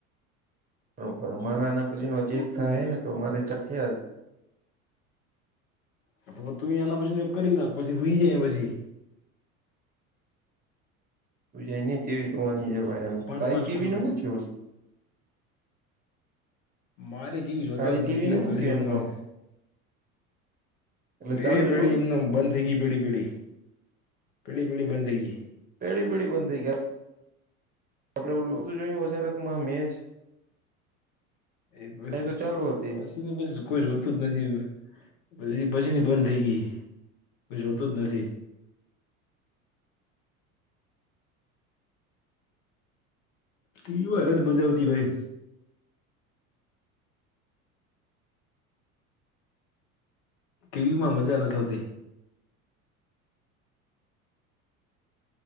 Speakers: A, on the right; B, on the left.
A: તો અમાર આને પછી નજીક થાહે ને તો અમારે જલસા જ
B: હા તો તું એ એના પછી ને એક કરી નાખ પછી હુંય જાયે પછી.
A: હુઈ જાયને ટીવી જોવાની છે ભાઈ. એમ
B: પાંચ
A: તો તારી
B: પાંચ
A: ટીવીને
B: કોલ કર
A: હું થયું હશે?
B: મારે ટીવી જોતા
A: તારી
B: જ
A: ટીવી
B: નથી
A: ને હું
B: એ પડી
A: થયું
B: એમને
A: કહું
B: એમ.
A: એટલે
B: એે
A: ચાલુ
B: પડી
A: જ હોય
B: એમને એમ. બંધ થઈ ગઈ પડી પડી પળી પળી બંધ થઈ ગઈ.
A: પળી પળી બંધ થઈ ગઈ આપડે ઓલું નતું જોયું ઓજારકમાં મેચ
B: એ પસ
A: તો ચાલુ હતી
B: પછી ને પછી કોઈ જોતું જ નથી એ. પછી ઈ પછીની બંધ ગઈ. કોઈ જોતું જ નથી. ટીવી અરજ બજાવતી હોય. ટીવીમાં મજા નથી આવતી.